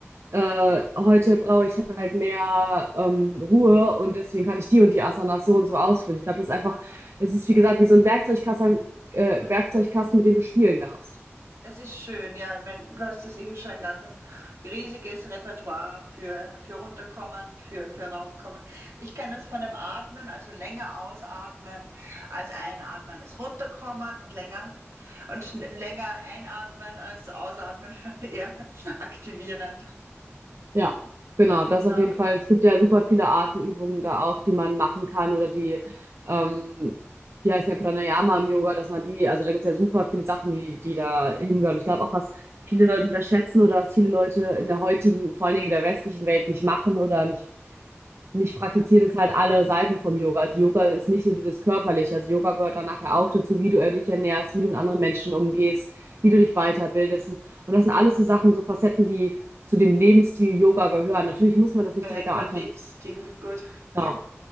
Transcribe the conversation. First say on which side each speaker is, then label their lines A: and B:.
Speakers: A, on the right; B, on the right.
A: äh, heute brauche ich halt mehr ähm, Ruhe und deswegen kann ich die und die Asanas so und so ausführen. Ich glaube, das ist
B: Ja,
A: einfach, es ist wie gesagt wie so ein Werkzeugkasten, äh,
B: gut.
A: Werkzeugkasten, mit dem du spielen darfst.
B: Das ist schön, ja. Ich mein, du hast ja sicher schon ein ganz ein riesiges Repertoire für, für runterkommen, für, für raufkommen. Ich kenne das von dem Atmen, also länger ausatmen als einatmen, ist runterkommen und länger und schn- länger einatmen als ausatmen, <laughs> eher aktivierend.
A: Ja, genau,
B: Genau,
A: das auf jeden Fall. Es gibt ja super viele Atemübungen da auch, die man machen kann oder die, ähm, die heißen ja Pranayama im Yoga, dass man die, also da gibt es ja super viele Sachen, die, die da hingehören. Ich glaube auch, was viele Leute unterschätzen oder was viele Leute in der heutigen, vor allen Dingen in der westlichen Welt nicht machen oder nicht Und ich praktiziere
B: ja.
A: das halt alle Seiten vom Yoga. Also Yoga ist nicht nur dieses Körperliche. Also Yoga gehört dann nachher auch dazu, wie du dich ernährst, wie du mit anderen Menschen umgehst, wie du dich weiterbildest. Und das sind alles so Sachen, so Facetten, die zu dem Lebensstil Yoga gehören. Natürlich muss man das nicht
B: Der Eigenen
A: direkt am Anfang.
B: Lebensstil, gut.
A: Genau.
B: Ja,